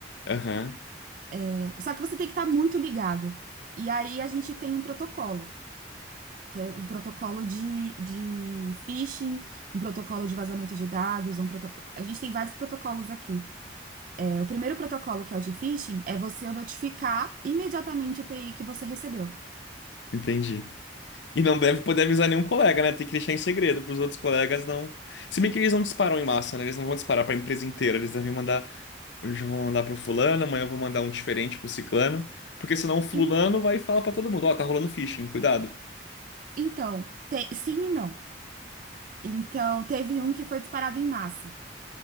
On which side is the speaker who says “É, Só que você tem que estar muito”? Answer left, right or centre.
Right